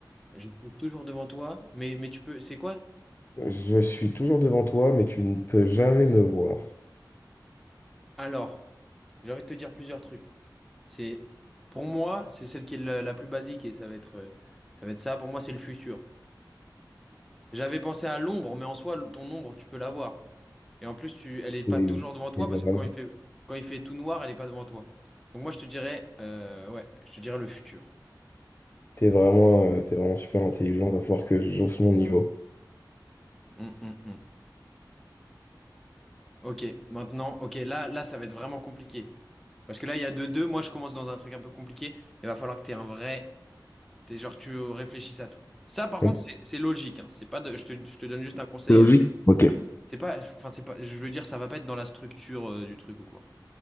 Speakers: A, in the centre; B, on the left (about 30°).
A: Je suis toujours devant toi, mais, mais tu peux. C'est quoi?
B: Je suis toujours devant toi, mais tu ne peux jamais me voir.
A: Alors, j'ai envie de te dire plusieurs trucs. C'est, pour moi, c'est celle qui est la, la plus basique et ça va être, euh, ça va être ça. Pour moi, c'est le futur. J'avais pensé à l'ombre, mais en soi, le- ton ombre, tu peux l'avoir. Et en plus, tu, elle est
B: T'es
A: pas toujours devant toi
B: t'es vraiment
A: parce que quand il fait, quand il fait tout noir, elle est pas devant toi. Donc moi, je te dirais, euh, ouais, je te dirais le futur.
B: T'es vraiment, euh, t'es vraiment super intelligent, va falloir que j'hausse mon niveau.
A: Hum, hum, hum. Ok, maintenant, ok, là, là, ça va être vraiment compliqué. Parce que là, il y a deux, deux. Moi, je commence dans un truc un peu compliqué. Il va falloir que t'aies un vrai, t'es genre, tu réfléchisses à tout. Ça, par
B: Ok.
A: contre, c'est c'est logique. hein. C'est pas de- je te, je te donne juste un conseil.
B: C'est logique.
A: euh,
B: Ok.
A: C'est pas, enfin c'est pas, je veux dire, ça va pas être dans la structure euh, du truc ou quoi.